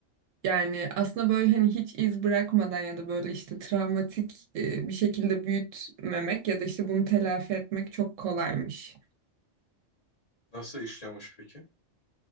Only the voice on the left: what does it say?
Nasıl işliyormuş peki?